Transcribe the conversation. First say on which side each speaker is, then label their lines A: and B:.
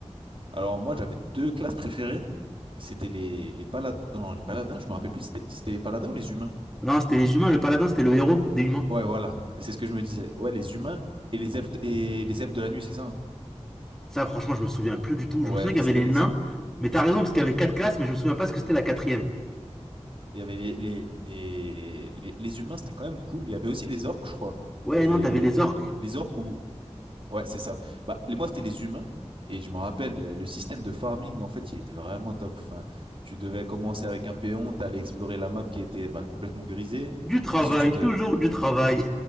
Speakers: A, on the right; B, in the centre.
A: Alors moi, j'avais deux classes préférées. C'était les, les paladins. Non, les paladins, je me rappelle plus. C'était c'était les paladins ou les humains?
B: Non, c'était les humains. Le paladin, c'était le héros des humains.
A: Ouais, voilà, c'est ce que je me disais. Ouais, les humains et les elfes de, et les elfes de la nuit, c'est ça, hein
B: Ça, franchement, je me souviens plus du tout.
A: Ouais,
B: Je me souviens qu'il y
A: c'était,
B: avait les
A: les-
B: nains.
A: c'est-
B: Mais t'as raison parce qu'il y avait quatre classes, mais je me souviens pas ce que c'était la quatrième.
A: il y avait les, les, les, les- les humains, c'était quand même cool. Il y avait aussi les orques, je crois.
B: Ouais,
A: Les,
B: non, t'avais les orques.
A: les orques ou... Ouais, c'est ça. Bah, les- moi, c'était les humains. Et je me rappelle, le le système de farming, en fait, il était vraiment top. Enfin, tu devais commencer avec un péon, t'allais explorer la map qui était bah, complètement grisée.
B: Du travail,
A: Ensuite, tu devais
B: toujours du travail.